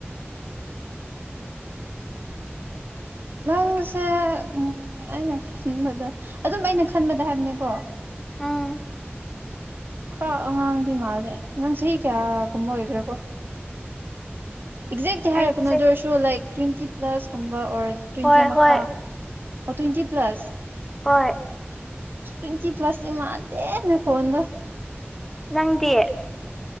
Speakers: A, on the right (about 50°); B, in the centre.
A: ꯅꯪꯁꯦ ꯎꯝ ꯑꯩꯅ ꯈꯟꯕꯗ ꯑꯗꯨꯝ ꯑꯩꯅ ꯈꯟꯕꯗ ꯍꯥꯏꯕꯅꯦꯀꯣ
B: ꯎꯝ
A: ꯈ꯭ꯔꯥ ꯑꯉꯥꯡꯗꯤ ꯃꯥꯜꯂꯦ ꯅꯪ ꯆꯍꯤ ꯀꯌꯥꯒꯨꯝꯕ ꯑꯣꯏꯒꯦꯔꯀꯣ ꯑꯦꯛꯖꯦꯛꯇꯤ ꯍꯥꯏꯔꯛꯀꯅꯨ
B: ꯑꯩꯁꯦ
A: ꯑꯗꯨ ꯑꯣꯏꯔꯁꯨ ꯂꯥꯏꯛ ꯇ꯭ꯋꯦꯟꯇꯤ ꯄ꯭ꯂꯁꯀꯨꯝꯕ ꯑꯣꯔ ꯇ꯭ꯋꯦꯟꯇꯤ
B: ꯍꯣꯏ
A: ꯃꯈꯥ
B: ꯍꯣꯏ
A: ꯑꯣ ꯇ꯭ꯋꯦꯟꯇꯤ ꯄ꯭ꯂꯥꯁ
B: ꯍꯣꯏ
A: ꯇꯣꯏꯟꯇꯤ ꯄꯂꯁ ꯇꯤ ꯃꯥꯟꯗꯦ ꯅꯈꯣꯟꯗꯣ
B: ꯅꯪꯗꯤ